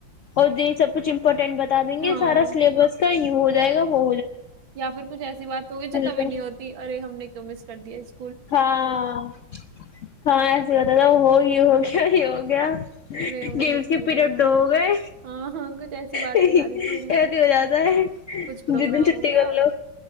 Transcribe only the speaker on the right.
ہاں
یا پھر کچھ ایسی بات ہوگی جو کبھی
نہیں ہوتی ارے ہم نے کیوں مس کر دیا اس
ارے ہم نے
مس
کر
دیا
ہاں ہاں کچھ ایسی بات
ہو جاتی
تھی بالکل
کچھ پروگرام
ہو گیا